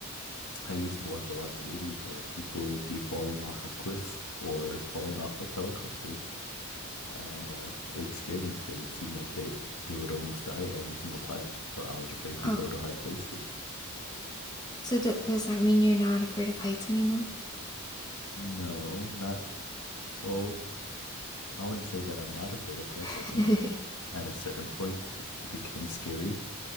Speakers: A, on the left (about 85°); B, on the left (about 20°).
A: I used to watch a lot of movies where people would be falling off of cliffs or falling off of helicopters, and uh, it would scare me because it seemed like they they would almost die every single time. So I was afraid to
B: Oh.
A: go to high places.
B: So that does that mean you're not afraid of heights anymore?
A: No, not well. I wouldn't say that I'm not afraid of heights.
B: <laughs>
A: I think at a certain point it becomes scary,